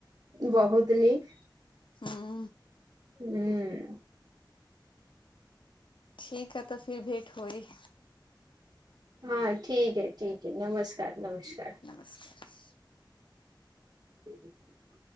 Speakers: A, on the right (about 50°); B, on the left (about 80°).
A: बहुत नीक
B: हूँ
A: हूँ
B: ठीक है तऽ फिर भेंट होइ
A: हँ ठीक है ठीक है नमस्कार नमस्कार
B: <inaudible>
A: ठ ह <unintelligible>